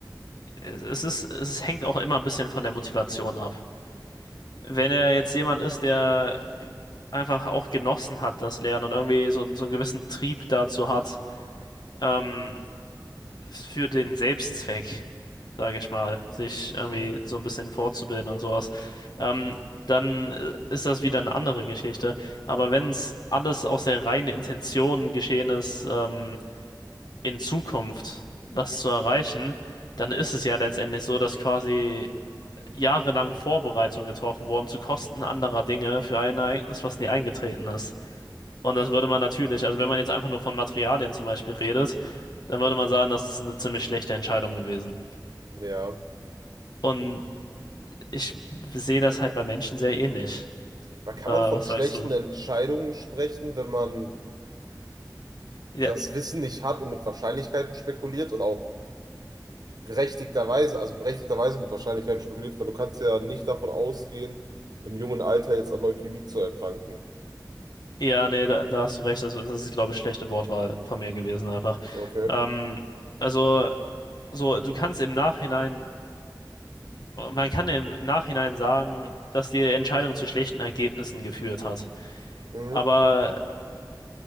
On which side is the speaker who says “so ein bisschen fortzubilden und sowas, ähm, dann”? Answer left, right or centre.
Left